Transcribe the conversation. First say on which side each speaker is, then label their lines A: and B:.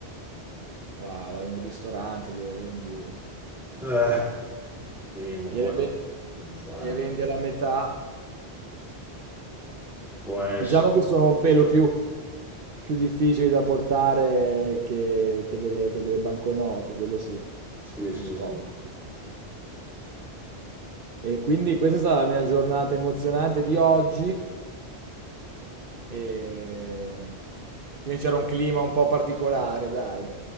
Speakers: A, on the right (about 55°); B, in the centre.
A: Va vai in un ristorante, gliele vendi
B: Eh, sì, ma
A: gliele
B: poi
A: ve
B: non sai,
A: gliele vendi alla metà.
B: può essere.
A: Diciamo che sono un pelo più più difficili da portare che che delle che delle banconote, quello sì, un
B: Sì,
A: po' più
B: sì,
A: scomodo.
B: sì.
A: E quindi questa è stata la mia giornata emozionante di oggi. Ehm, quindi c'era un clima un po' particolare, dai.